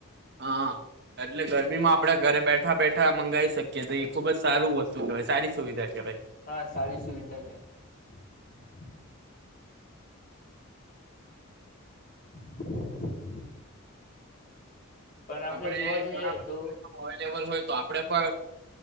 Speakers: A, on the right (about 50°); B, on the left (about 40°).
A: હા એટલે ગરમીમાં આપણેે ઘરે બેઠા બેઠા મંગાઈ શકીએ તો એ ખુબ જ સારું વસ્તુ શ સારી સુવિધા કહેવાય
B: હા સારી સુવિધા કેવાય <inaudible> પણ આપણે
A: આપડે
B: જોવા
A: ઘણા
B: જઈએ
A: બધા
B: તો
A: પ્લેટફોર્મ અવેલેબલ હોય તો આપડે પણ